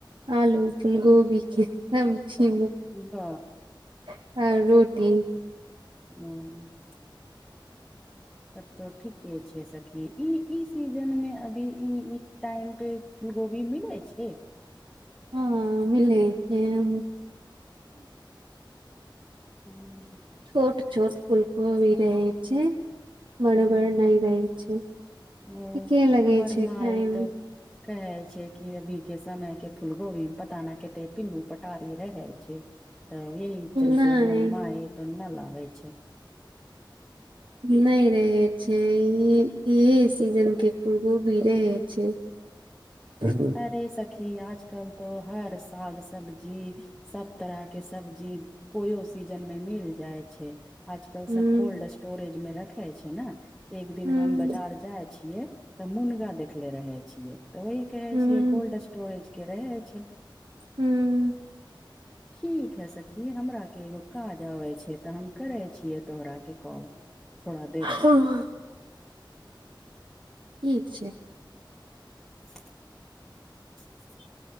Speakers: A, on the right; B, in the centre.
A: आलू के गोभी के <unintelligible> छी
B: ब
A: <unintelligible> आ रोटी
B: <inaudible> तब तो ठीके छै सखी ई ई सीजनमे अभी ई ई टाइम पे ई गोभी मिलै छै
A: हँ मिलइ छै हम
B: हूँ
A: छोट छोट फूलकोबी रहै छै बर
B: ह
A: बर नय रहै छै
B: ओ
A: ठीके लगे
B: हमर
A: छै खाय
B: माई
A: मे
B: तक कहै छै कि अभी के समय के फूल गोभी मे पता नहि कते पिल्लू पटारी रहै छै तऽ यही चलते
A: नहि
B: हमर माय तब न लाबे छै
A: नहि रहै छै ई इहे सीजन के फुलगोभी रहै छै ह <inaudible>
B: अरे सखी आज कल तो हर साग सब्जी सभ तरह के सब्जी कोइो सीजन मे मिल जाइ छै। आजकल
A: हूँ
B: सभ कोल्ड स्टोरेज मे रखे छै ने एक दिन
A: हूँ
B: हम बाजार जाय तऽ मुनगा देखे रह छियै त वह कहै
A: हूँ
B: छियै कोल्ड स्टोरेज के रहे छै।
A: हूँ।
B: ठीक है सखी हमराके एगो काज आबैत छै त हम करै छियै तोहराके कॉल थोड़ा देर
A: ह
B: मे
A: ठीक छै।
B: <inaudible>